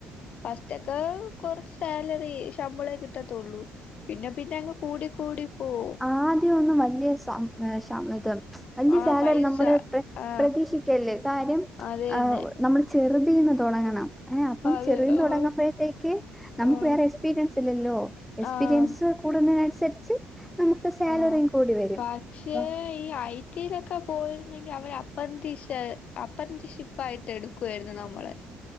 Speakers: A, on the left; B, in the centre.
A: ഫസ്റ്റൊക്ക് കൊറച്ച് സാലറി ശമ്പളേ കിട്ടത്തുള്ളൂ പിന്നെ പിന്നെ അങ്ങ് കൂടി ടിപ്പോവും
B: ആദ്യ ഒന്നും വലിയ സം ഏഹ് ശം ഇത് വല്യ
A: ആ
B: സാലറി
A: പൈസ
B: നമ്മള് പ്ര
A: ആ
B: പ്രതീക്ഷിക്കല്ല് കാര്യം
A: അത് തന്നെ
B: നമ്മള് ചെറ്തീന്ന് തൊടങ്ങണം ഏഹ് അപ്പം
A: അത്
B: ചെറുതീന്ന്
A: ആഹ്
B: തൊടങ്ങമ്പഴത്തേക്ക് നമുക്ക്
A: ആഹ്
B: വേറെ എക്സ്പീരിയൻസ് ഇല്ലല്ലോ എസ്
A: ആഹ്
B: കൂടണതന്സരിച്ച് നമക്ക് സാലറിം
A: ആഹ്
B: കൂടി വരും
A: പക്ഷേ
B: അപ്പം
A: ഈ ഐ ടിലൊക്കെ പോയിരുന്നെങ്കി അവര് അപ്പ്രറ്റീഷ് അപ്പ്രറ്റിഷി സുകായിട്ട് എടുക്കുവായിരുന്നു നമ്മളെ